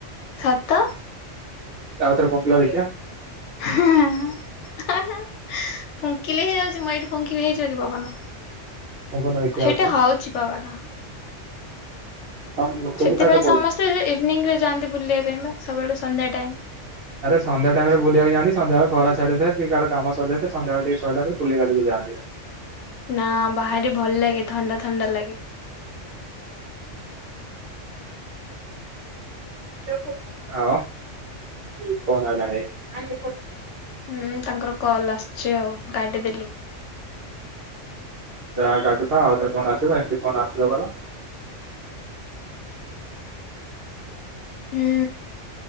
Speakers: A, on the left; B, on the right.
A: ସତ,
B: ଆଉଥରେ ପୁଙ୍ଗୁଥିଲ ଦେଖିବା
A: ହୁଁ ହୁଁ ଫୁଙ୍କିଲେ ହେଇଯାଉଛି ମୁଁ ଏଇଠି ଫୁଙ୍କିବି ହେଇଯିବ କି ପବନ
B: ପୁଙ୍ଗୁନ ଦେଖିବା
A: ସେଇଟି
B: ଆଉଥରେ
A: ହଉଚି ପବନ।
B: ସେଇ
A: ସେଥିପାଇଁ
B: କଥା କହୁଛି।
A: ସମସ୍ତେ ସେ ଇଭିନିଂରେ ଯାଆନ୍ତି ବୁଲିବା ପାଇଁ ପା ସବୁବେଳେ ସନ୍ଧ୍ୟା ଟାଇମ୍।
B: ଆରେ ସନ୍ଧ୍ୟା ଟାଇମ୍ ରେ ବୁଲିବାକୁ ଯଆନ୍ତି, ସନ୍ଧ୍ୟାବେଳେ ଖରା ଛାଡିଥାଏ କି କାହାର କାମ ସରି ଯାଇ ଥାଏ, ସନ୍ଧ୍ୟା ବେଳେ ଟିକେ ଛଅଟାରୁ ବୁଲି ବାଲିକି ଯାଆନ୍ତି।
A: ନାଁ ବାହାରେ ଭଲ ଲାଗେ, ଥଣ୍ଡା ଥଣ୍ଡା ଲାଗେ।
B: <unintelligible>
A: ହୁଁ ତାଙ୍କର କଲ୍ ଆସୁଛି ଆଉ କାଟି ଦେଲି।
B: ଯାହା କାଟୁଥାଅ ଆଉଥରେ ଫୋନ୍ ଆସିବ, ଏମିତି ଫୋନ୍ ଆସିବା ଭଲ।
A: ହୁଁ।